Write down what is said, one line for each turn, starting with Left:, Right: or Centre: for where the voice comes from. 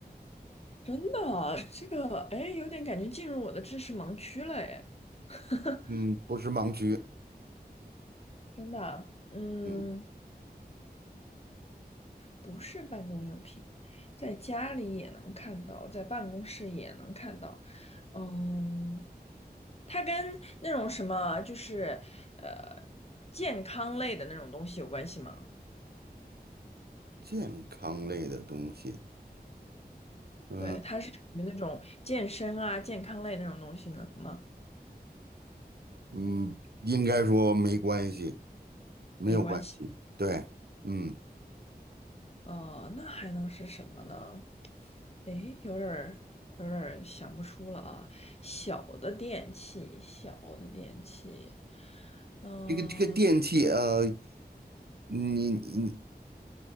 Left: 真的，这个哎，有点感觉进入我的知识盲区了哎，<laughs>
Right: 嗯，不是盲区，
Left: 真的，嗯，
Right: 嗯，
Left: 不是办公用品，在家里也能看到，在办公室也能看到，嗯，它跟那种什么就是呃健康类的那种东西有关系吗？
Right: 健康类的东西。嗯，
Left: 对，它是属于那种健身啊、健康类那种东西呢吗？
Right: 嗯，应该说没关系，没有关系。
Left: 没关系，
Right: 对，嗯，
Left: 哦、那还能是什么呢？诶，有点儿有点儿想不出了啊。小的电器，小的电器，嗯
Right: 这个这个电器，呃，你你